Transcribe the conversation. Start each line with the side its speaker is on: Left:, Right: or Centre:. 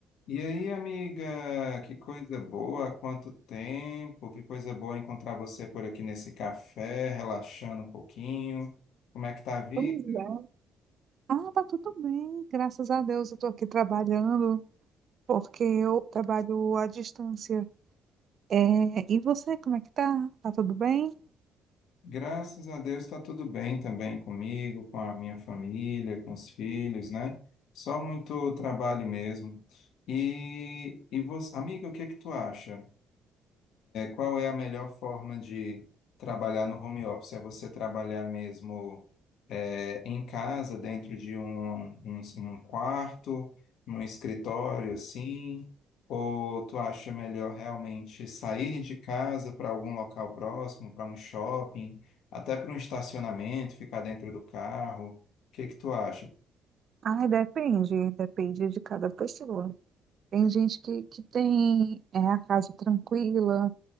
Left: E aí, amiga, que coisa boa, há quanto tempo, que coisa boa encontrar você por aqui nesse café, relaxando um pouquinho. Como é que tá a vida?
Right: Pois é. Ah, tá tudo bem, graças a Deus eu tô aqui trabalhando, porque eu trabalho à distância. É, e você, como é que tá? Tá tudo bem?
Left: Graças a Deus está tudo bem também comigo, com a minha família, com os filhos, né? Só muito trabalho mesmo. E, e você, amiga, o que é que tu acha? Qual é a melhor forma de trabalhar no home office? É você trabalhar mesmo é, em casa, dentro de um, um, um quarto, num escritório, assim? Ou tu acha melhor realmente sair de casa para algum local próximo, para um shopping, até para um estacionamento, ficar dentro do carro? O que que tu acha?
Right: Ah, depende, depende de cada pessoa. Tem gente que, que tem é, a casa tranquila,